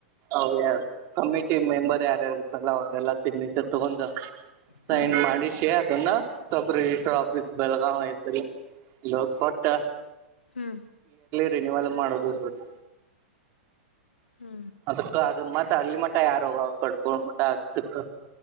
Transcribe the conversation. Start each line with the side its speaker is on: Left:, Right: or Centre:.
Right: ಅವ್ಯಾ ಕಮಿಟಿ ಮೆಂಬರ್ ಯಾರ್ಯಾರ ಇರ್ತರಲ್ಲಾ ಅವರ್ದೆಲ್ಲ ಸಿಗ್ನೇಚರ. ತಗೊಂಡ ಸೈನ್
Left: ಹ್ಞೂ
Right: ಮಾಡಿ ಶೇ ಅದನ್ನ ಸಪರೇಟ ಆಫೀಸ್ ಬೆಳಗಾವ ಐತಲ್ಲ ಅಲ್ಲ ಹೋಗ್ ಕೊಟ್ಟ.
Left: ಹ್ಞೂ
Right: ರಿ ನೀವೆಲ್ಲ ಮಾಡೋದು ಬರ್ಬದ <unintelligible>
Left: ಹ್ಞೂ
Right: ಅದಕ್ಕ ಅದ ಮತ್ತ. ಅಲ್ಲಿಮಠ ಯಾರೋಗವರ ಅಕಡದು. ಗೌರ್ಮೆಂಟ್ ಅಸ್ತಿಕ್